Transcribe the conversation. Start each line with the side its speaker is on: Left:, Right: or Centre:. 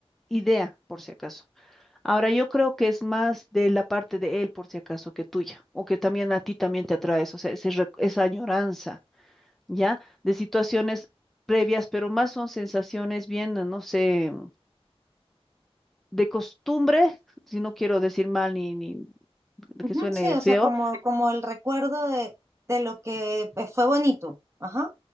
Centre: idea, por si acaso. Ahora yo creo que es más de la parte de él, por si acaso, que tuya, o que también a ti también te atraes, o sea, ese re- esa añoranza, ¿ya? De situaciones previas, pero más son sensaciones bien, no sé, de costumbre, si no quiero decir mal ni, ni
Right: Ujú,
Centre: que suene
Right: sí, o
Centre: feo,
Right: sea, como, como el recuerdo de, de lo que pues, fue bonito. Ajá.